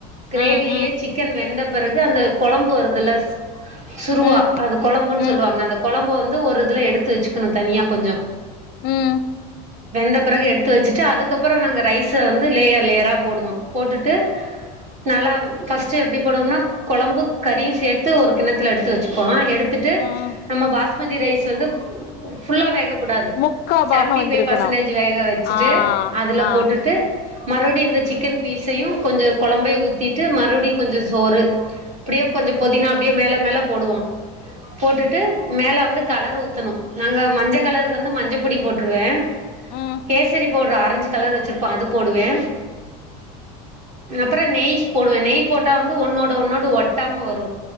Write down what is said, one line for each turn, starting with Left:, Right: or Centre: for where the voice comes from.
Right: கிரேவிலயே
Left: ம் ம்
Right: சிக்கன் வெந்த பெறகு அந்த கொழம்பு வருது ஸ் சுருவா
Left: ம்
Right: அது கொழம்புன்
Left: ம்
Right: சொல்வாங்க அந்த கொழம்பு வந்து ஒரு இதுல எடுத்து வச்சுக்ணு தனியா கொஞ்சோ
Left: ம்
Right: வெந்த பெறகு எடுத்து வெச்சிட்டு அதுக்கப்புறோ நாங்க ரைஸ் ஸ வந்து லேயர் லேயரா போடுவோ போட்டுட்டு நல்லா ஃபர்ஸ்ட் எப்டி போடுவோம்னா கொழம்பு கறியு சேத்து ஒரு கிண்ணத்துல எடுத்து வச்சுப்போ எடுத் துட்டு
Left: ம்
Right: நம்ம பாஸ்மதி ரைஸ் வந்து ஃபுல்லா வேகப்புடாது
Left: முக்கா பாகோ
Right: செவன்டி
Left: வந்திருக்கணு
Right: ஃபை பர்சன்டேஜ் வேக வச்சிட்டு
Left: ஆ
Right: அதுல
Left: ஆ
Right: போட்டுட்டு மறுபடியு இந்த சிக்கன் பீஸையு கொஞ்சோ கொழம் பையு ஊத்திட்டு மறுபடியு கொஞ்சோ சோறு அப்டியே கொஞ்சோ பொதினா அப்டியே மேல மேல போடுவோ போட்டுட்டு மேல வந்து கலர் ஊத்தணு நாங்க மஞ்ச கலருக்கு வந்து மஞ்சப்பொடி போட்டுருவே
Left: ம்
Right: கேசரி பவ்டுரு ஆரஞ்சு கலர் வச்சிருப்போ அது போடுவே அப்பற நெய்ஸ் போடுவே நெய் போட்டா வந்து ஒன்னோட ஒன்னோடு ஒட்டாம வரு